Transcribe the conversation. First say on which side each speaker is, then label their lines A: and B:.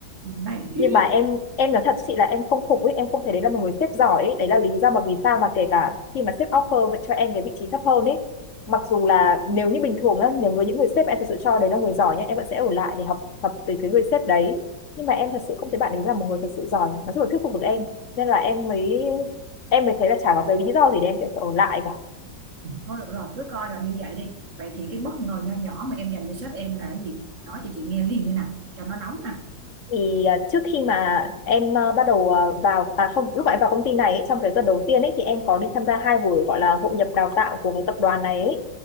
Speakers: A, on the right; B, on the left.
A: này kia
B: nhưng mà em em nói thật chị là em không phục ấy em không thấy đấy là một người sếp giỏi ấy. đấy là lý do mà vì sao mà kể cả khi mà sếp offer vậy cho em cái vị trí thấp hơn ấy mặc dù là nếu như bình thường nhá nếu với những người sếp em thực sự cho đấy là người giỏi nhá em vẫn sẽ ở lại để học tập từ cái người sếp đấy nhưng mà em thật sự không thấy bạn ấy là một người thật sự giỏi nói chung là thuyết phục được em nên là em mới em mới thấy là chả có cái lý do gì để em sẽ phải ở lại cả
A: Thôi được rồi, cứ coi là như vậy đi. Vậy thì cái bất ngờ nho nhỏ mà em dành cho sếp em là cái gì? Nói cho chị nghe liền như nè, cho nó nóng nè.
B: thì à, trước khi mà em à, bắt đầu à, vào à không lúc mà em vào công ty này ấy, trong cái tuần đầu tiên ấy thì em có đi tham gia hai buổi gọi là hội nhập đào tạo của cái tập đoàn này ấy.